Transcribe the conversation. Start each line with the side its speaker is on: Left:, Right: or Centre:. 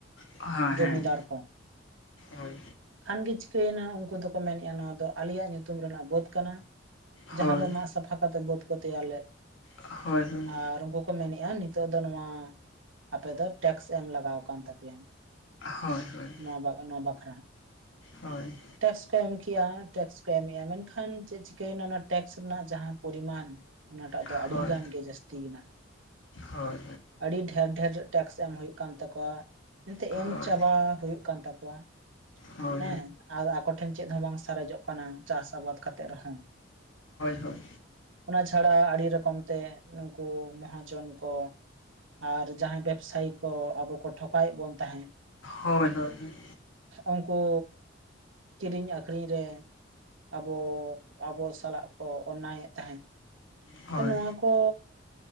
Left: ᱦᱚᱸ
Right: ᱡᱚᱢᱤᱫᱟᱨ
Left: ᱦᱮᱸ ᱦᱳᱭ
Right: ᱟᱢ ᱜᱮ ᱪᱤᱠᱟᱹᱭᱮᱱᱟ ᱩᱱᱠᱩ ᱫᱚᱠᱚ ᱢᱮᱱᱮᱜᱼᱟ ᱱᱚᱣᱟ ᱫᱚ ᱟᱞᱮᱭᱟᱜ ᱧᱩᱛᱩᱢ ᱨᱮᱱᱟᱜ ᱵᱟᱹᱫᱽ ᱠᱟᱱᱟ ᱡᱟᱦᱟᱸ
Left: ᱦᱳᱭ
Right: ᱫᱚ ᱢᱟᱜ ᱥᱟᱯᱷᱟ ᱠᱟᱛᱮ ᱵᱟᱹᱫᱽ ᱠᱚ ᱛᱮᱭᱟᱨ ᱞᱮᱫ
Left: ᱦᱳᱭ ᱦᱳᱭ
Right: ᱟᱨ ᱢᱮᱱᱮᱫᱼᱟ ᱱᱤᱛᱚᱜ ᱫᱚ ᱱᱚᱣᱟ ᱟᱯᱮ ᱫᱚ ᱴᱮᱠᱥ ᱮᱢ ᱞᱟᱜᱟᱣ ᱠᱟᱱ ᱛᱟᱯᱮᱭᱟ
Left: ᱦᱳᱭ ᱦᱳᱭ
Right: ᱱᱚ ᱵᱟ ᱚᱱᱟ ᱵᱟᱠᱷᱨᱟ
Left: ᱦᱳᱭ
Right: ᱴᱮᱠᱥ ᱠᱚ ᱮᱢ ᱠᱮᱜᱼᱟ ᱴᱮᱠᱥ ᱠᱚ ᱮᱢᱮᱜᱼᱟ ᱢᱮᱱᱠᱷᱟᱱ ᱪᱮᱫ ᱪᱤᱠᱟᱹᱭᱮᱱᱟ ᱚᱱᱟ ᱴᱮᱠᱥ ᱨᱮᱱᱟᱜ ᱡᱟᱦᱟᱸ ᱯᱚᱨᱤᱢᱟᱱ ᱚᱱᱟᱴᱟᱜ ᱫᱚ
Left: ᱦᱳᱭ
Right: ᱟᱹᱰᱤᱜᱟᱱ ᱜᱮ ᱡᱟᱹᱥᱛᱤ ᱢᱮᱱᱟᱜᱼᱟ
Left: ᱦᱳᱭ ᱦᱳᱭ
Right: ᱟᱹᱰᱤ ᱰᱷᱮᱨ ᱰᱷᱮᱨ ᱴᱮᱠᱥ ᱮᱢ ᱦᱩᱭᱩᱜᱭ ᱠᱟᱱ ᱛᱟᱠᱚᱣᱟ ᱮᱱᱛᱮ
Left: ᱦᱳᱭ
Right: ᱮᱢ ᱪᱟᱵᱟ ᱦᱳᱭ ᱠᱟᱱ ᱛᱟᱠᱚᱣᱟ
Left: ᱦᱳᱭ
Right: ᱦᱮᱸ
Left: ᱦᱳᱭ ᱦᱳᱭ
Right: ᱟᱨ ᱟᱠᱚ ᱴᱷᱮᱱ ᱪᱮᱫ ᱦᱚᱸ ᱵᱟᱝ ᱥᱟᱨᱮᱡᱚᱜ ᱠᱟᱱᱟ᱾ ᱪᱟᱥ ᱟᱵᱟᱫ ᱠᱟᱛ ᱛᱮᱜ ᱨᱮᱦᱚᱸ
Left: ᱦᱩᱸ
Right: ᱚᱱᱟ ᱪᱷᱟᱲᱟ ᱟᱹᱰᱤ ᱨᱚᱠᱚᱢ ᱛᱮ ᱱᱩᱝᱠᱩ ᱢᱚᱦᱟᱡᱚᱱ ᱠᱚ ᱟᱨ ᱡᱟᱦᱟᱸᱭ ᱵᱮᱵᱥᱟᱭᱤ ᱠᱚ ᱟᱵᱚ ᱠᱚ ᱴᱷᱚᱠᱟᱭᱮᱜ ᱵᱚᱱ ᱛᱟᱦᱮᱸᱜ
Left: ᱦᱳᱭ ᱦᱳᱭ ᱦᱳᱭ
Right: ᱩᱝᱠᱩ ᱠᱤᱨᱤᱧ ᱟᱹᱠᱷᱨᱤᱧ ᱨᱮ ᱟᱵᱚ ᱟᱵᱚ ᱥᱟᱞᱟᱜ ᱠᱚ ᱚᱱᱱᱟᱭᱮᱜ ᱛᱟᱦᱮᱸᱜ᱾
Left: ᱦᱳᱭ
Right: ᱛᱚ ᱱᱚᱣᱟ ᱠᱚ